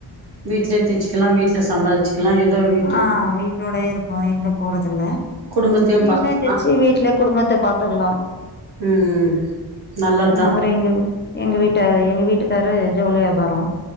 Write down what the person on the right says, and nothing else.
வீட்லயே தெச்சிக்கலா வீட்ல சம்பாதிச் க்லா ஏதோ வீட்டு
குடும்பத்தையு
பாத்துக்கலா
ம் நல்லத் தா